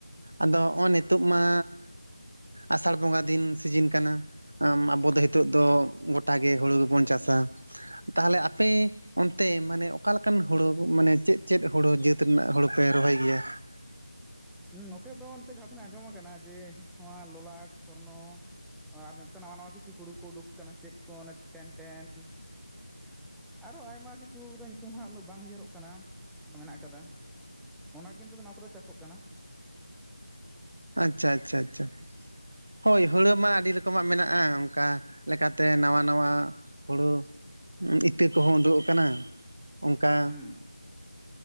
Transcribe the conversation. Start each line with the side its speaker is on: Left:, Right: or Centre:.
Right: ᱟᱫᱚ ᱦᱚᱸᱜ ᱱᱤᱛᱳᱜ ᱢᱟ᱾ ᱟᱥᱟᱲ ᱵᱚᱸᱜᱟ ᱫᱤᱱ ᱥᱤᱡᱤᱱ ᱠᱟᱱᱟ᱾ ᱟᱵᱚ ᱫᱚ ᱦᱮᱛᱳᱜ ᱫᱚ ᱜᱚᱴᱟ ᱜᱮ ᱦᱳᱲᱳ ᱜᱮᱵᱚᱱ ᱪᱟᱥᱟ ᱛᱟᱦᱞᱮ ᱟᱯᱮ ᱚᱱᱛᱮ ᱢᱟᱱᱮ ᱚᱠᱟᱞᱮᱠᱟᱱ ᱦᱳᱲᱳ ᱪᱮᱫ ᱪᱮᱫ ᱦᱳᱲᱳ ᱡᱟᱹᱛ ᱨᱮᱱᱟᱜ ᱦᱳᱲᱳ ᱯᱮ ᱨᱚᱦᱚᱭ ᱜᱮᱭᱟ?
Centre: ᱦᱮᱸ ᱱᱚᱛᱮ ᱫᱚ ᱱᱤᱛᱚᱜ ᱡᱟᱦᱟᱸ ᱛᱤᱱᱟᱹᱜ ᱟᱸᱡᱚᱢᱟ ᱟᱠᱟᱱᱟ ᱡᱮ ᱱᱚᱣᱟ ᱞᱚᱞᱟᱴ, ᱥᱚᱨᱱᱚ, ᱟᱨ ᱱᱮᱛᱟᱨ ᱱᱟᱣᱟ ᱱᱟᱣᱟ ᱠᱤᱪᱷᱩ ᱦᱩᱲᱩ ᱠᱚ ᱩᱰᱩᱠ ᱟᱠᱟᱱᱟ ᱪᱮᱫ ᱠᱚ ᱴᱮᱱ ᱴᱮᱱ᱾ ᱟᱨᱦᱚ ᱟᱭᱢᱟ ᱠᱤᱪᱷᱩ ᱫᱚ ᱧᱩᱛᱩᱢ ᱦᱟᱸᱜ ᱩᱱᱟᱹᱜ ᱵᱟᱝ ᱩᱭᱦᱟᱹᱨᱚᱜ ᱠᱟᱱᱟ ᱢᱮᱱᱟᱜ ᱠᱟᱫᱟ᱾ ᱚᱱᱟ ᱠᱤᱱ ᱛᱮᱫᱚ ᱱᱚᱣᱟ ᱠᱚᱫᱚ ᱪᱟᱥᱚᱜ ᱠᱟᱱᱟ᱾
Right: ᱟᱪᱪᱷᱟ ᱟᱪᱪᱷᱟ ᱟᱪᱪᱷᱟ᱾ ᱦᱳᱭ ᱦᱩᱲᱳ ᱢᱟ ᱟᱹᱰᱤ ᱨᱚᱠᱚᱢᱟᱜ ᱢᱮᱱᱟᱜᱼᱟ ᱚᱱᱠᱟ ᱞᱮᱠᱟᱛᱮ ᱱᱟᱣᱟ ᱱᱟᱣᱟ᱾ ᱦᱳᱲᱳ ᱤᱛᱟᱹ ᱠᱚᱦᱚᱸ ᱩᱰᱳᱜ ᱠᱟᱱᱟ ᱚᱱᱠᱟ᱾
Centre: ᱦᱮᱸ